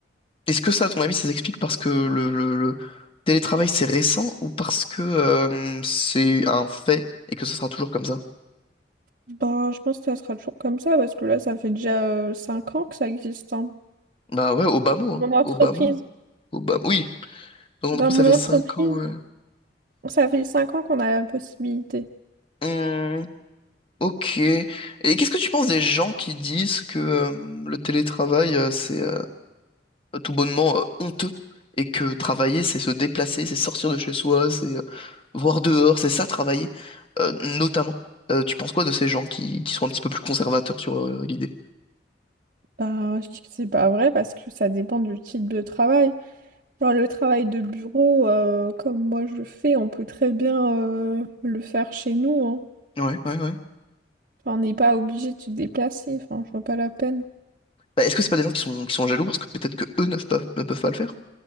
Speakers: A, on the left; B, on the right.
A: Est-ce que ça, à ton avis, ça s'explique parce que le, le- le télétravail c'est récent ou parce que euh, c'est un fait et que ce sera toujours comme ça?
B: Ben, je pense que ça sera toujours comme ça parce que là, ça fait déjà 5 ans que ça existe, hein.
A: Bah ouais, Obama, hein.
B: Dans mon entreprise.
A: Obama. Obama. Oui, donc
B: Dans
A: du coup, ça
B: mon
A: fait
B: entreprise.
A: 5 ans, ouais.
B: Ça fait cinq ans qu'on a la possibilité.
A: Hmm, ok. Et qu'est-ce que tu penses des gens qui disent que euh, le télétravail, euh, c'est euh, tout bonnement euh, honteux et que travailler, c'est se déplacer, c'est sortir de chez soi, c'est euh, voir dehors, c'est ça travailler, euh, notamment. Euh, tu penses quoi de ces gens qui, qui sont un petit peu plus conservateurs sur euh, l'idée?
B: Bah, je dis que c'est pas vrai parce que ça dépend du type de travail. Genre le travail de bureau, euh, comme moi je le fais, on peut très bien euh, le faire chez nous, hein.
A: Ouais, ouais, ouais.
B: Enfin, on n'est pas obligé de se déplacer, enfin, je vois pas la peine.
A: Bah, est-ce que c'est pas des gens qui sont, qui sont jaloux parce que peut-être que eux ne peuvent pas, ne peuvent pas le faire?